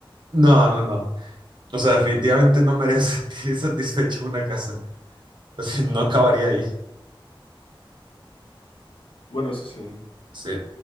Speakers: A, on the right (about 60°); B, on the left (about 80°).
A: No, no, no. O sea, definitivamente no me haría <laughs> sentir satisfecho una casa. O sea, no acabaría ahí.
B: Bueno, eso sí.
A: Sí,